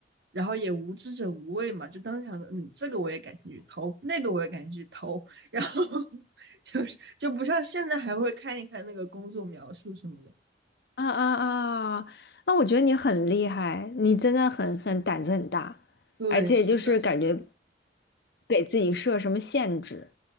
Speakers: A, on the right; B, on the left.
A: 然后也无知者无畏嘛，就当时想着，嗯，这个我也感兴趣投，那个我也感兴趣投，然后 <laughs> 就是就不像现在还会看一看那个工作描述什么的。
B: 啊啊啊！那我觉得你很厉害，你真的很很胆子很大，
A: 对，
B: 而且就是感觉
A: 是的，是的。
B: 给自己设什么限制，